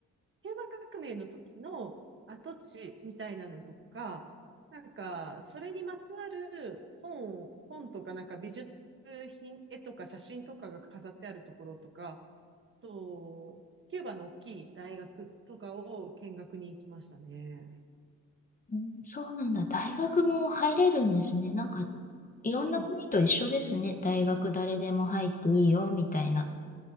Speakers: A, on the right; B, on the left.
A: キューバ革命の時の跡地みたいなのとか、なんか、それにまつわる本を、本とか、なんか美術品、絵とか写真とかが飾ってあるところとか、あと、キューバの大きい大学とかを見学に行きましたね。
B: うんそうなんだ。大学も入れるんですね。なんか、いろんな国と一緒ですね。
A: うん、
B: 大学誰でも入っていいよ、みたいな。